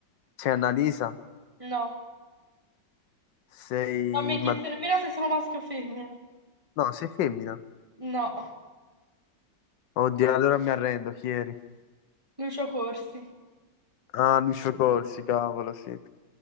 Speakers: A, on the left; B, on the right.
A: Sei Annalisa?
B: no.
A: Sei...
B: Non mi hai chiesto
A: Ma...
B: nemmeno se sono maschio o femmina.
A: No, sei femmina.
B: No.
A: Oddio, allora mi arrendo, chi eri?
B: Lucio Corsi.
A: Ah, Lucio Corsi, cavolo, sì.